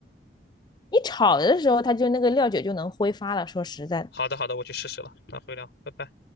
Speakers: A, on the left; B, on the left.
A: 你炒的时候，它就那个料酒就能挥发了。说实在的，
B: 好的好的，我去试试了，那回聊，拜拜。